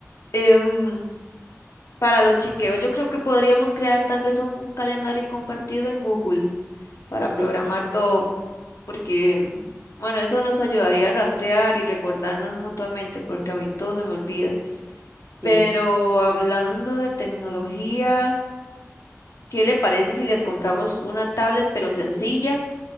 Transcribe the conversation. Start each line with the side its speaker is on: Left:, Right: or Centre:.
Left: Em, para los chequeos, yo creo que podríamos crear tal vez un calendario compartido en Google. para programar
Right: Sí, sí,
Left: todo, porque, mm, bueno, eso nos ayudaría a rastrear y recordarnos mutuamente, porque a mí todo se me olvida. Pero
Right: sí.
Left: hablando de tecnología, ¿qué le parece si les compramos una tablet pero sencilla